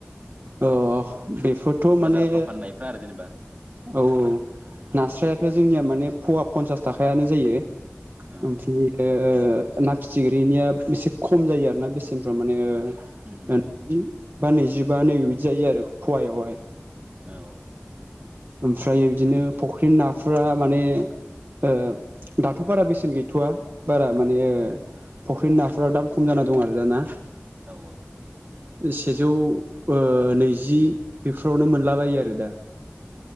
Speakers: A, on the right; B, on the right.
A: अ बेफोरथ'
B: बाजारफ्राव
A: माने
B: फाननायफ्रा आरो जेनेबा
A: औ औ नास्रायाथ' जोंनिया माने फवा पन्सास थाखायानो जायो।
B: ओ
A: ओमफ्राय ओ ओ ना फिथिख्रिनिया एसे खम जायो आरो ना बेसेनफोरा माने ओ
B: उम
A: ओ दिनो नैजि बा नैजिबा नैबे बिदि जायो आरो फवायावहाय।
B: औ
A: ओमफ्रायो बिदिनो फुख्रिनि नाफोरा माने ओ दाथ' बारा बेसेन गैथ'वा बारा माने ओ फुख्रिनि नाफोरा दाम खम जाना दं आरो दा ना।
B: औ औ
A: सेजौ ओ नैजि बेफोरावनो मोन लाबायो आरो दा।